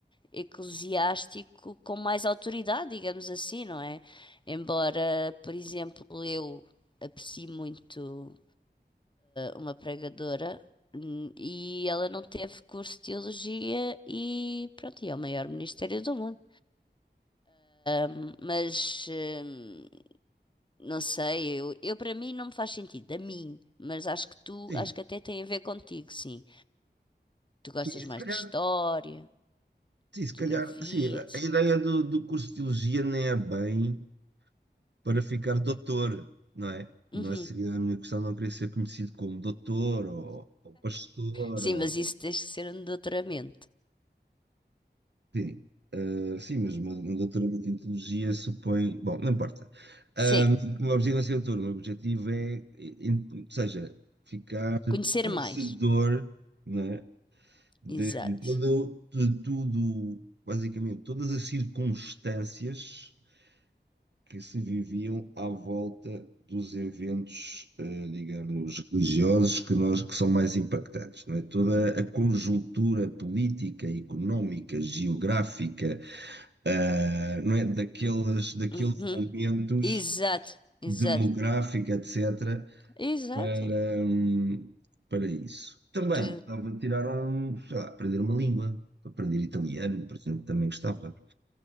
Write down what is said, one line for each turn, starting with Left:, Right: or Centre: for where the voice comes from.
Left: eclesiástico com mais autoridade, digamos assim, não é? Embora, por exemplo, eu aprecie muito. uma pregadora, hum, e ela não teve curso de teologia e pronto, e é o maior ministério do mundo. Hum, Mas hum, não sei, eu, eu para mim não me faz sentido, a mim, mas acho que tu,
Right: Sim,
Left: acho que até tem a ver contigo, sim. Tu gostas
Right: sim, se
Left: mais
Right: calhar,
Left: de história,
Right: sim, se
Left: de
Right: calhar,
Left: geografia,
Right: assim, a
Left: etc.
Right: a ideia do, do curso de teologia nem é bem para ficar doutor, não é?
Left: Uhum.
Right: Não é- seria a minha questão não querer ser conhecido como doutor ou, ou pastor
Left: Sim,
Right: ou...
Left: mas isso tens que ser um doutoramento.
Right: Sim, ah, sim, mas uma- um doutoramento em teologia supõe... Bom, não importa.
Left: Sim,
Right: Ah, o meu objetivo não é ser doutor, o meu objetivo é, em- ou seja, ficar
Left: conhecer
Right: conhecedor,
Left: mais.
Right: não é? De,
Left: Exato.
Right: todo, de tudo, basicamente, todas as circunstâncias que se viviam à volta dos eventos, eh, digamos, religiosos que nós que são mais impactantes, não é? Toda a conjuntura política, económica, geográfica, ah, não é? Daqueles, daqueles
Left: Uhum.
Right: momentos
Left: Exato, exato,
Right: demográfica, etc.,
Left: exato.
Right: para, hum, para isso. Também
Left: Tu...
Right: estava a tirar um, sei lá, aprender uma língua, aprender italiano, por exemplo, também gostava,